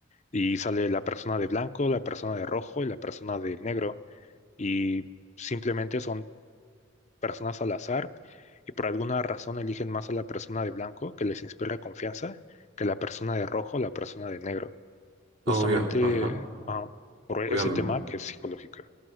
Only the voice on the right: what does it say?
Obvio,
ajá,
obviam-